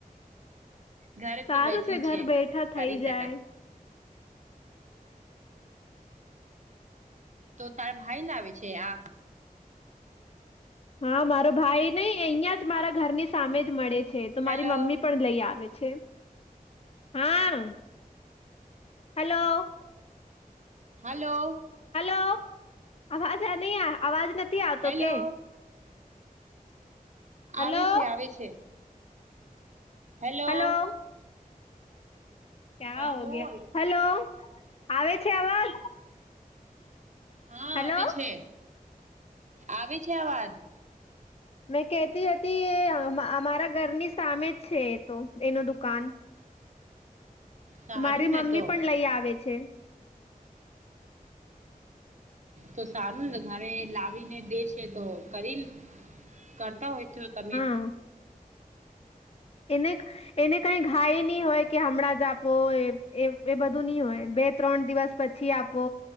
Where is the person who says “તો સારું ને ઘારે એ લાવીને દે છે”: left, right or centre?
Right